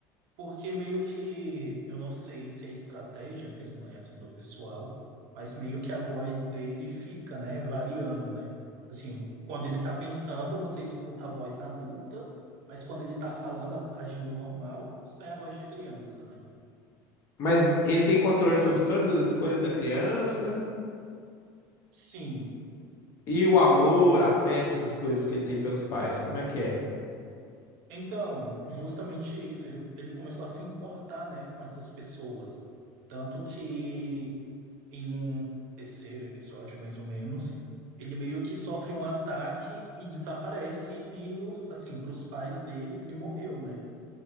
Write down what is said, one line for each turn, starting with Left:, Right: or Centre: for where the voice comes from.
Right: Porque meio que, eu não sei se é estratégia mesmo, né? Assim, do pessoal, mas meio que a voz dele fica, né? Variando, né? Assim, quando ele tá pensando, você escuta a voz adulta, mas quando ele tá falando, a- agindo normal, sai a voz de criança, né?
Left: Mas ele tem controle sobre todas as escolhas da criança
Right: Sim.
Left: e o amor, afeto, essas coisas que ele tem pelos pais. Como é que é?
Right: Então, justamente isso, ele, ele começou a se importar, né, com essas pessoas. Tanto que em um terceiro episódio, mais ou menos, ele meio que sofre um ataque e desaparece, e os- assim, para os pais dele, ele morreu, né?